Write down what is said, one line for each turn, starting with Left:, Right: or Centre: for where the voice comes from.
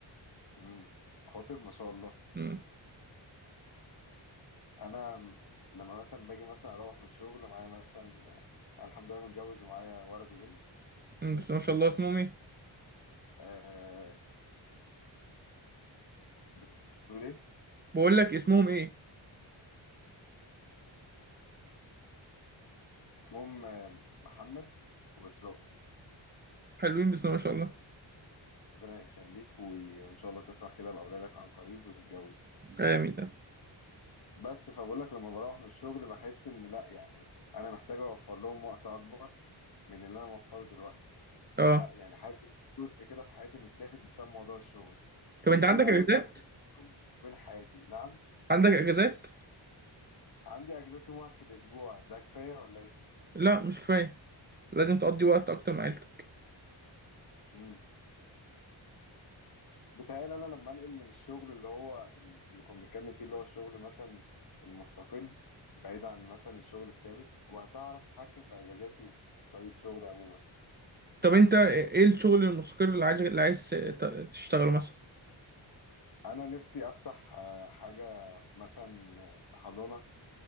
Left: مم. خاطب ما شاء الله
Right: مم.
Left: انا م- لما مثلا باجي مثلا اروح من الشغل معايا مثلا آه، أنا الحمد لله متجوز ومعايا ولد وبنت
Right: مم، بس ما شاء الله اسمهم ايه
Left: آه بتقول ايه
Right: بقول لك اسمهم ايه
Left: اسمهم آه، محمد واسراء
Right: حلوين بس ما شاء الله
Left: ربنا يخليك وي- وان شاء الله تفرح كده باولادك عن قريب وتتجوز
Right: امين
Left: بس فبقول لك لما بروح من الشغل بحس ان لا يعني انا محتاج اوفر لهم وقت اكبر من اللي انا موفره دلوقتي
Right: اه
Left: لا يعني حاسس إن جزء كده في حياتي متاخد بسبب موضوع الشغل
Right: طب
Left: نفسي
Right: انت عندك
Left: بقى اوازن
Right: اجازات
Left: ما بين الشغل وبين حياتي نعم
Right: عندك اجازات
Left: عندي اجازات يوم واحد في الاسبوع ده كفايه ولا ايه
Right: لا مش كفايه لازم تقضي وقت اكتر مع عيلتك
Left: امم بتهيألي انا لما انقل من الشغل اللي هو ال- اللي كنا بنتكلم فيه اللي هو الشغل مثلا المستقل بعيد عن مثلا الشغل الثابت وهتعرف اتحكم في اجازاتي وفي طريقه شغلي عموما
Right: طب انت ايه الشغل المستقر اللي عايز اللي عايز ت- تشتغله مثلا
Left: انا نفسي افتح آه، حاجه مثلا آه، حضانه